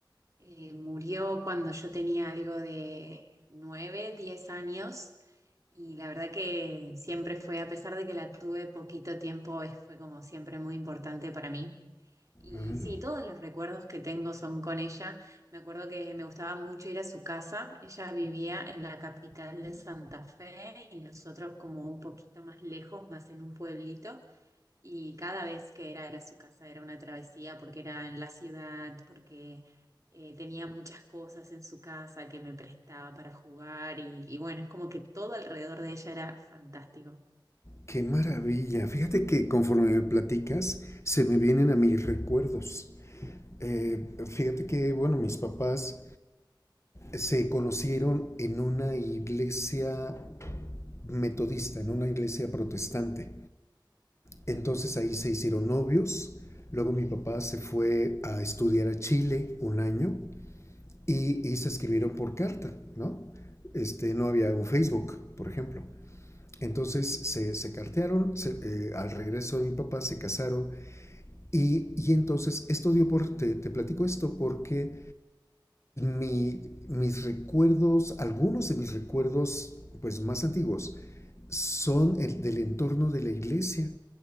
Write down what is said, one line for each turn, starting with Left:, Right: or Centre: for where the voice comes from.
Right: eh, murió cuando yo tenía algo de nueve, diez años y la verdad que siempre fue, a pesar de que la tuve poquito tiempo, es- fue como siempre muy importante para mí. Y
Left: Mm,
Right: sí, todos los recuerdos que tengo son con ella. Me acuerdo que me gustaba mucho ir a su casa. Ella vivía en la capital de Santa Fe y nosotros como un poquito más lejos, más en un pueblito. Y cada vez que era, era su casa, era una travesía porque era en la ciudad, porque eh, tenía muchas cosas en su casa que me prestaba para jugar. Y, y bueno, es como que todo alrededor de ella era fantástico.
Left: qué maravilla. Fíjate que conforme me platicas, se me vienen a mis recuerdos. Eh, fíjate que, bueno, mis papás se conocieron en una iglesia metodista, en una iglesia protestante. Entonces ahí se hicieron novios. Luego mi papá se fue a estudiar a Chile un año y, y se escribieron por carta, ¿no? Este, no había un Facebook, por ejemplo. Entonces se, se cartearon, se, eh, al regreso de mi papá se casaron y, y entonces esto dio por, te, te platico esto porque Mi, mis recuerdos, algunos de mis recuerdos pues más antiguos, son el del entorno de la iglesia.